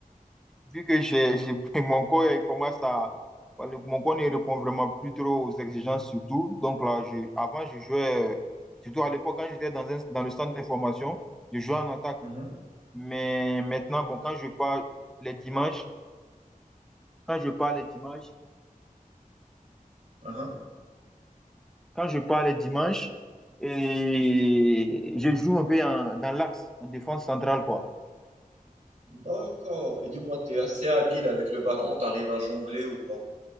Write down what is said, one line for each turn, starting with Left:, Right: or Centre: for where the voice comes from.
Centre: vu que j'ai, j'ai- <laughs> mon corps il commence à, voilà, mon corps ne répond vraiment plus trop aux exigences surtout. Donc là, je, avant, je jouais, euh, surtout à l'époque, quand j'étais dans, un- dans le centre d'information, je jouais en attaque.
Right: Mhm.
Centre: Mais maintenant, bon, quand je pars les dimanches, quand je pars les dimanches,
Right: Uhum.
Centre: quand je pars les dimanches, et je joue un peu en- dans l'axe, en défense centrale, quoi.
Right: D'accord, et dis-moi, t'es assez habile avec le ballon, t'arrives à jongler ou pas?